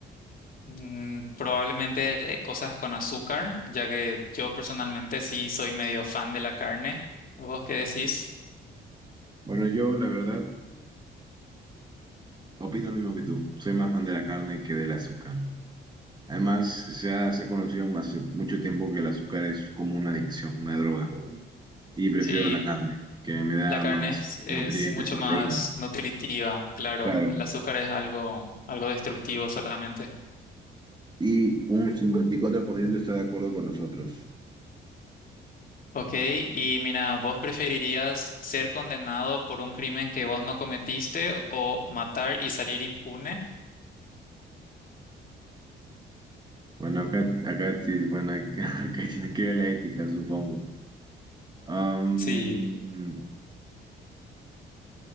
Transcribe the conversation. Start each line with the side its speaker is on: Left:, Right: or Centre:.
Left: mm, probablemente eh, cosas con azúcar, ya que yo personalmente sí soy medio fan de la carne. ¿Vos qué decís?
Right: Bueno, yo la verdad opino lo mismo que tú. Soy más fan de la carne que del azúcar. Además, se ha, se ha conocido hace mucho tiempo que el azúcar es como una adicción, una droga. y prefiero
Left: Sí,
Right: la carne, que me da
Left: la carne
Right: más
Left: es, es
Right: nutrientes,
Left: mucho
Right: proteínas.
Left: más nutritiva, claro.
Right: Claro.
Left: El azúcar es algo, algo destructivo solamente.
Right: Y un 54% está de acuerdo con nosotros.
Left: Ok, y mira, ¿vos preferirías ser condenado por un crimen que vos no cometiste o matar y salir impune?
Right: Bueno, acá, acá, sí- bueno, <laughs> acá, acá tiene que ver la ética, supongo. Am,
Left: Sí.